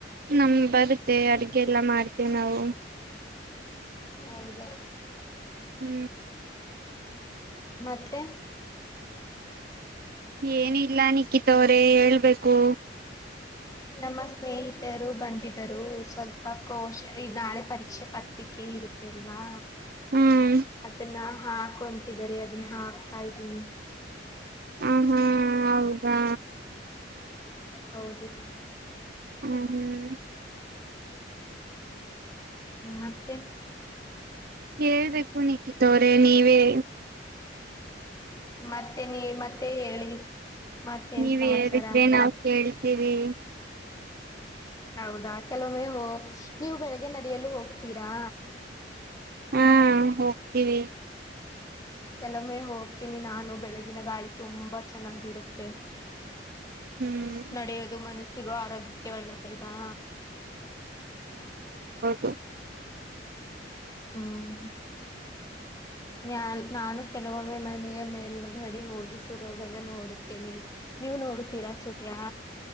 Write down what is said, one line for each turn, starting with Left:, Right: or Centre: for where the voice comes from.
Right: ನಮ ಬರುತ್ತೆ ಅದಾಕೆ ಎಲ್ಲಾ ಮಾಡ್ತೀವಿ ನಾವು
Left: ಹೌದಾ
Right: ಹು
Left: ಮತ್ತೆ
Right: ಏನ್ನುಇಲ್ಲ
Left: ಹ್ಮ್
Right: ನೀಕಿತಾ ತ್ತವ್ರೇ ಹೇಳ್ಬೇಕು
Left: ನಮ್ಮಸ್ ಸ್ನೇಹಿತರು ಬಂದಿದ್ದರು ಸ್ವಲ್ಪ ಕೋಶ ಈ ನಾಳೆ ಪರೀಕ್ಷೆ ಪತ್ರಿಕೆ ಇರುತ್ತೆ ಅಲ್ವಾ
Right: ಹ್ಮ್
Left: ಅದನ್ನ ಹಾ ಹಾಕೊಂತಿದಾರೆ ಅದನ್ನ ಹಾತಾ ಇದ್ದೀನಿ
Right: ಹ ಹಾ ಹೌದಾ
Left: ಹೌದು ಮ
Right: ಹ್ಮ್ ಹ್ಮ್
Left: ಮತ್ತೆ
Right: ಹೇಳ್ಬೇಕು ನಿಕಿತಾ ಅವರೇ ನೀವೇ.
Left: ಮತ್ತೆ ನೀ ಮತ್ತೆ ಹೇಳಿ ಮತ್ತೇನ್
Right: ನೀವ್
Left: ಸಮಾಚಾರ
Right: ಹೇಳಿದ್ರೆ ನಾಾವವು ಕೇಳ್ತೀವಿ
Left: ಹೌದಾ ಕೆಲವೊಮ್ಮೆ ಹ ನೀವು ಬೆಳಗ್ಗೆ ನಡಿಯಲು ಹೋಗ್ತೀರಾ
Right: ಹಾ ಹೋಗ್ತೀವಿ
Left: ಕೆಲಮ್ಮೆ ಹೋಗ್ತೀನಿ ನಾನು ಬೆಳಗಿನ ಗಾಳಿ ತುಂಬಾ ಚೆನ್ನಾಗಿರುತ್ತೆ
Right: ಹ್ಮ್
Left: ನಡೆಯೋದು ಮನಸ ಸಿಗೋ ಆರೋಗ್ಯಕ್ಕೆ ಒಳ್ಳದಲ್ವಾ
Right: ಹ
Left: ಹ್ಮ್ ನಾನ್ ನಾನು ಕೆಲವೊಮ್ಮೆ ಮನೆಯ ಮೇಲ್ಗಡಿ ಹೋಗಿ ಸೂರ್ಯೋದನ್ನ ನೋಡುತ್ತೇನೆ ನೀವು ನೋಡುತ್ತೀರಾ ಸೂರ್ಯ.